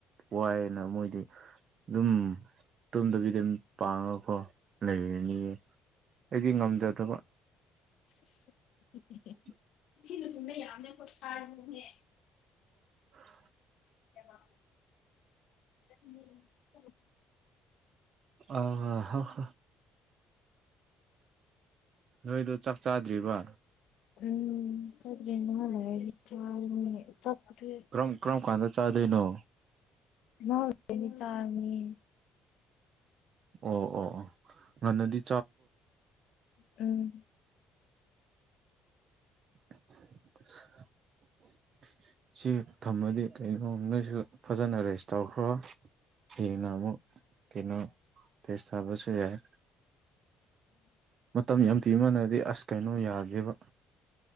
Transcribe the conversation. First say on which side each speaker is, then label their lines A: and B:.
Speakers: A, on the right (about 55°); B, on the left (about 70°).
A: ꯋꯥꯏꯅ ꯃꯣꯏꯗꯤ ꯑꯗꯨꯝ ꯇꯝꯗꯕꯤꯗꯤ ꯑꯗꯨꯝ ꯄꯥꯡꯉꯀꯣ ꯂꯩꯔꯅꯤꯌꯦ ꯑꯩꯗꯤ ꯉꯝꯖꯗꯕ
B: <inaudible>
A: ꯎ
B: <unintelligible>
A: <inaudible>
B: <unintelligible>
A: ꯑꯥꯍꯥ꯫ ꯅꯣꯏꯗꯣ ꯆꯥꯛ ꯆꯥꯗ꯭ꯔꯤꯕ꯫
B: ꯎꯝ ꯆꯠꯇꯦ ꯅꯍꯥꯛ ꯂꯩꯔꯗꯤ ꯆꯥꯔꯅꯤ꯫ ꯆꯥꯛꯄꯨꯗꯤ
A: ꯀꯔꯝ ꯀꯔꯝ ꯀꯥꯟꯗ ꯆꯥꯗꯣꯏꯅꯣ꯫
B: ꯃꯅꯤꯇꯥꯔꯃꯤ꯫
A: ꯑꯣ ꯑꯣ ꯑꯣ ꯉꯅꯗꯤ꯫
B: ꯎꯝ꯫
A: <unintelligible> ꯁꯤ ꯊꯝꯃꯗꯤ ꯀꯣ ꯅꯣꯏꯁꯨ ꯐꯖꯅ ꯔꯦꯁ ꯇꯧꯈ꯭ꯔꯣ꯫ ꯀꯅ ꯑꯃꯨꯛ ꯀꯅꯣ ꯇꯁꯥꯕꯨ꯫ ꯌꯥꯏ ꯃꯇꯝ ꯌꯥꯝ ꯄꯤꯃꯥꯟꯅꯗꯤ ꯑꯁ ꯀꯩꯅꯣ ꯌꯥꯗ꯫ ꯗꯦꯕ꯫